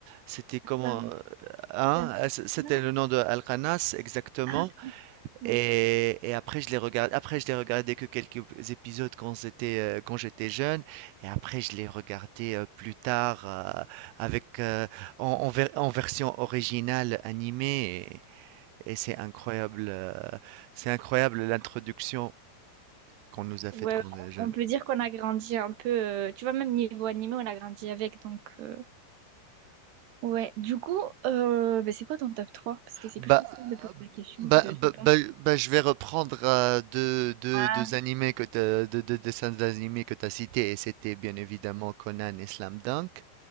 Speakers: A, on the right; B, on the right.
A: c'était comment...
B: ça me
A: euh, hein,
B: fait un truc
A: euh, c- C'était
B: comme ça.
A: le nom de Alcanas exactement.
B: Ah, oui.
A: Et, et après je les regarde après je les regardais que quelques épisodes quand j'étais euh, quand j'étais jeune et après je les regardais euh, plus tard euh, avec euh, en, en ver- en version originale animée et, et c'est incroyable euh, c'est incroyable l'introduction qu'on nous a
B: Ouais,
A: faite quand on est jeune.
B: on peut dire qu'on a grandi un peu, euh, tu vois, même niveau animé, on a grandi avec, donc... euh, Ouais, du coup, euh, bah, c'est quoi ton top trois Parce que c'est
A: Bah
B: plus facile de poser la question
A: bah,
B: que de répondre.
A: bah, bah, bah, je vais reprendre euh, deux, deux,
B: Ah.
A: deux animés que t'as- deux, deux dessins animés que tu as cités et c'était bien évidemment Conan et Slam Dunk.